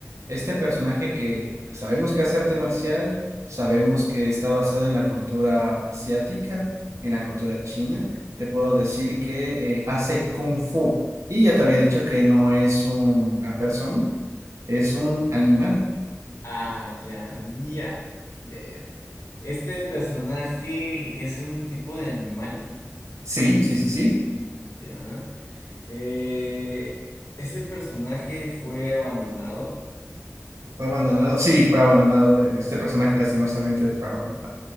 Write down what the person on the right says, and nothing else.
Este personaje que sabemos que hace arte marcial, sabemos que está basado en la cultura asiática, en la cultura china. Te puedo decir que eh, hace kung fu. Y ya te había dicho que no es una persona, es un animal.
Sí, sí, sí, sí.
Fue abandonado. Sí, fue abandonado. Este personaje lastimosamente fue abandonado.